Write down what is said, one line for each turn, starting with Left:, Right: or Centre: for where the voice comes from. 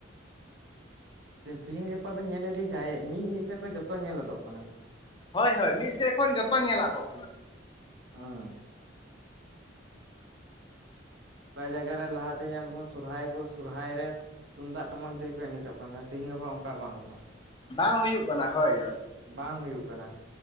Right: ᱛᱤᱦᱤᱧ ᱜᱟᱯᱟ ᱵᱮᱱ ᱧᱮᱞ ᱤᱫᱤ ᱠᱷᱟᱡ ᱢᱤᱫ ᱢᱤᱫ ᱥᱮᱫ ᱠᱷᱚᱡ ᱡᱚᱛᱚ ᱧᱮᱞ ᱟᱫᱚᱜ ᱠᱟᱱᱟ᱾
Left: ᱦᱳᱭ ᱦᱳᱭ ᱢᱤᱫ ᱥᱮᱫ ᱠᱷᱚᱱ ᱡᱚᱛᱚ ᱧᱮᱞ ᱟᱫᱚᱜ ᱠᱟᱱᱟ᱾
Right: ᱦᱩᱸ᱾ ᱚᱠᱟ ᱡᱟᱭᱜᱟ ᱨᱮ ᱞᱟᱦᱟᱛᱮ ᱧᱮᱞᱵᱚᱱ ᱥᱚᱨᱦᱟᱭ, ᱥᱚᱨᱦᱟᱭ ᱨᱮ ᱛᱩᱢᱫᱟᱜ ᱴᱟᱢᱟᱠ ᱛᱮᱜᱮ ᱠᱚ ᱮᱱᱮᱡᱚᱜ ᱠᱟᱱ ᱛᱟᱦᱮᱸᱱᱟ᱾ ᱛᱮᱦᱤᱧ ᱜᱟᱯᱟ ᱚᱱᱠᱟ ᱵᱟᱹᱱᱩᱜᱼᱟ᱾
Left: ᱵᱟᱝ ᱦᱩᱭᱩᱜ ᱠᱟᱱᱟ, ᱦᱳᱭ ᱦᱳᱭ᱾
Right: ᱵᱟᱝ ᱦᱩᱭᱩᱜ ᱠᱟᱱᱟ᱾